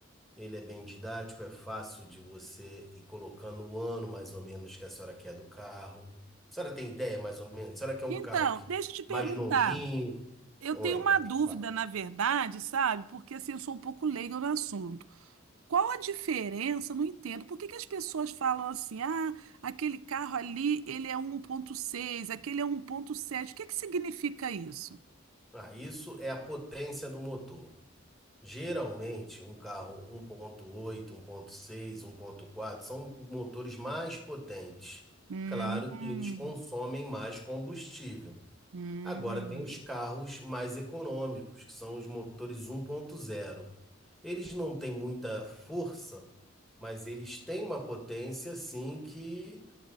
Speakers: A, in the centre; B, on the right.
A: Ele é bem didático, é fácil de você ir colocando o ano mais ou menos que a senhora quer do carro. A senhora tem ideia mais ou menos? A senhora quer um
B: Então,
A: carro que
B: deixa eu te perguntar.
A: mais novinho?
B: Eu
A: Oi,
B: tenho uma
A: pode
B: dúvida,
A: falar.
B: na verdade, sabe? Porque assim, eu sou um pouco leiga no assunto. Qual a diferença? Eu Não entendo. Por que que as pessoas falam assim: ah, aquele carro ali, ele é um ponto seis, aquele é um ponto sete. O que que significa isso?
A: Ah, isso é a potência do motor. Geralmente, um carro 1.8, 1.6, 1.4 são motores mais potentes.
B: Hum,
A: Claro que eles consomem mais combustível.
B: hum.
A: Agora tem os carros mais econômicos, que são os motores 1.0. Eles não têm muita força, mas eles têm uma potência assim que